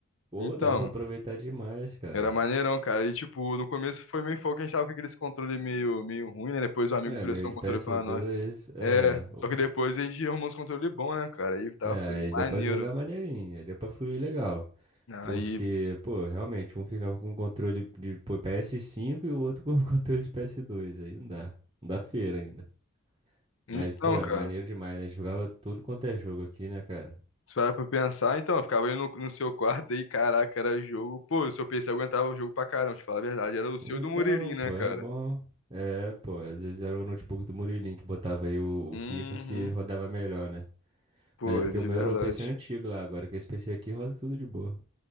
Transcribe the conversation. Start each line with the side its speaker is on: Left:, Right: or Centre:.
Right: Pô,
Left: Então,
Right: dá pra aproveitar demais, cara.
Left: era maneirão, cara. E, tipo, no começo foi meio foco, a gente tava com aqueles controle meio, meio ruim, né? Depois o amigo
Right: É,
Left: prestou
Right: meio de
Left: um controle
Right: PS2,
Left: pra nós.
Right: é.
Left: É,
Right: o-
Left: só que depois a gente arrumou uns controle bom, né, cara? Aí tava
Right: É,
Left: fluindo
Right: aí
Left: maneiro.
Right: deu pra jogar maneirinho, aí deu pra fluir legal. Porque,
Left: Aí,
Right: pô, realmente, um ficava com um controle de pô, PS5 e o outro com <laughs> controle de PS2. Aí não dá. Não dá feira ainda.
Left: então,
Right: Mas, pô, era
Left: cara.
Right: maneiro demais, né? Jogava tudo quanto é jogo aqui, né, cara?
Left: Se parar pra pensar, então, eu ficava ali no, no seu quarto aí, caraca, era jogo. Pô, o seu PC aguentava o jogo pra caramba, te falar a verdade. Era o seu
Right: Então,
Left: e do Murilinho, né,
Right: pô,
Left: cara?
Right: era bom. É, pô, às vezes era o notebook do Murilinho que botava aí o,
Left: Uhum.
Right: o FIFA que rodava melhor, né?
Left: Pô,
Right: Mas é porque
Left: de
Right: o meu
Left: verdade.
Right: era o PC antigo lá, agora com esse PC aqui roda tudo de boa.